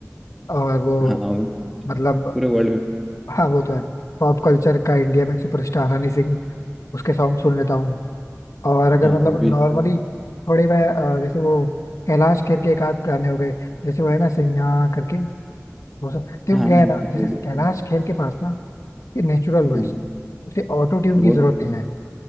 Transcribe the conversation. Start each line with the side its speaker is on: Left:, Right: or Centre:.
Left: और वो
Centre: हाँ वो
Left: मतलब
Centre: पूरे वर्ल्ड में
Left: हाँ वो तो है पॉप कल्चर का इंडिया में सुपरस्टार हनी सिंह उसके सॉन्ग सुन लेता हूँ और अगर
Centre: हाँ
Left: मतलब
Centre: वो भी
Left: नॉर्मली थोड़े मैं अ, जैसे वो कैलाश खेर के एक आध गाने हो गए जैसे वो है ना सैया करके वो सब देखो
Centre: हाँ हाँ,
Left: क्या
Centre: वो
Left: है ना जैसे
Centre: भी
Left: कैलाश खेर के पास ना ये नेचुरल वॉइस
Centre: हाँ
Left: है उसे ऑटो ट्यून
Centre: वो
Left: की जरूरत
Centre: तो
Left: नहीं